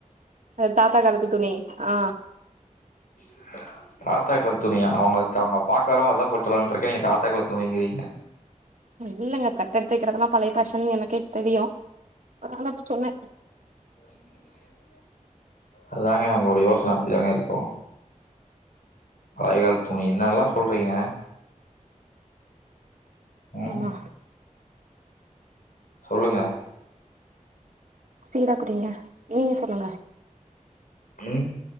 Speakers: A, on the right; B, on the left.
A: அது தாத்தா காலத்து துணி ஆ
B: <unintelligible> தாத்தா காலத்து துணியா அவுங்க தா அவுங்க பாக்க வரும்போது அதா போட்டு வர்லான்ட்டு இருக்கே நீங்க தாத்தா காலத்து துணிங்கிறீங்க
A: இல்லைங்க சட்டை எடுத்து வெக்கிறதெல்லா பழைய பேஷன்னு எனக்கே தெரியு ஆனாப்ப சொன்னே
B: உஹ அதாங்க உங்களோட யோசன அப்டிதாங்க இருக்கு பழையகாலத்து துணி என்னெல்லா சொல்றீங்க ம்.
A: ஆமா
B: சொல்லுங்க
A: ஸ்பீடா குடிங்க ஊ சொல்லுங்க
B: ம்